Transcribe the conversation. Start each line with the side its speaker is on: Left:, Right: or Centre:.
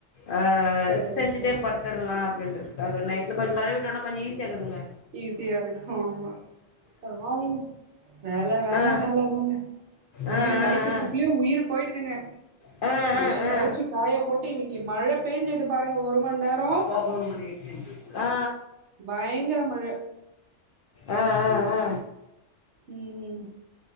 Left: அ
Right: சேரி
Left: செஞ்சுட்டே
Right: சேரி
Left: படுத் துர்லா அப்டின்றதுக்காக நைட்ல கொஞ்ச கழுவிட்டோனா கொஞ்ச ஈஸியா இருக்குதுங்க
Right: ஈஸியா இருக்கு ஆமா பாலிங் வேல வேல
Left: ஆ
Right: வேலதாங்க துணிய
Left: ஆ ஆ ஆ
Right: மடிக்கிறதுக்குள்ளயு உயிரு போயிடுதுங்க
Left: ஆ ஆ ஆ ஆ
Right: துணிய தொவச்சு காயப் போட்டு இன்னைக்கு மழ பேஞ்சது பாருங்க ஒரு மண் நேரோ
Left: அப்பா போன் பண்ணிக்கிச்சி ஆ
Right: பயங்கர மழ
Left: ஆ ஆ ஆ
Right: ம் ம்